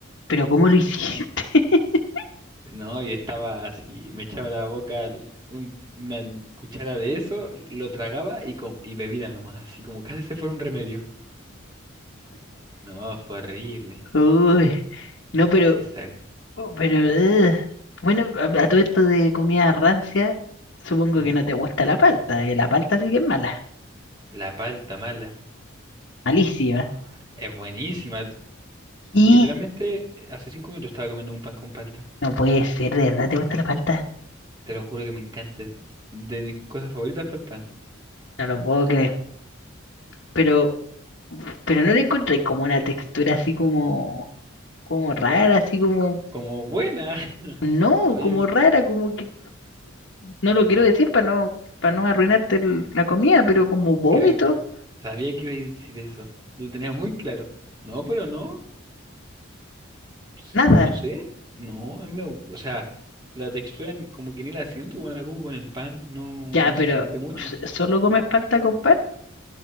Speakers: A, on the left; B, on the right.
A: pero ¿cómo lo hiciste? <laughs>
B: No, y estaba así, me echaba a la boca l- un- una cuchara de eso, lo tragaba y, com- y bebida nomás, así como casi se fuera un remedio. No, fue horrible.
A: Uy, no, pero,
B: Así está.
A: pero, ugh. bueno, a, a todo esto de comida rancia, supongo
B: Ujú.
A: que no te gusta la palta, que la palta sí que es mala,
B: La palta mala.
A: malísima.
B: No, es buenísima.
A: Y
B: Literalmente, hace cinco minutos estaba comiendo un pan con palta.
A: no puede ser, ¿de verdad te gusta la palta?
B: Te lo juro que me encanta. es De mis cosas favoritas para el pan.
A: No lo puedo creer. Pero, pero no le encontré como una textura así como, como rara, así como,
B: Como buena. <laughs>
A: no,
B: No, oye,
A: como rara, como que, no lo
B: no.
A: quiero decir para no, para no arruinarte el- la comida, pero como vómito,
B: Creo que sabía que iba a decir eso. Lo tenía muy claro. No, pero no. s-
A: nada.
B: No sé. No, a mí me gu- o sea, la textura n- como que ni la siento como la hago con el pan. No,
A: Ya,
B: no
A: pero
B: se siente mucho.
A: s- ¿solo comes palta con pan?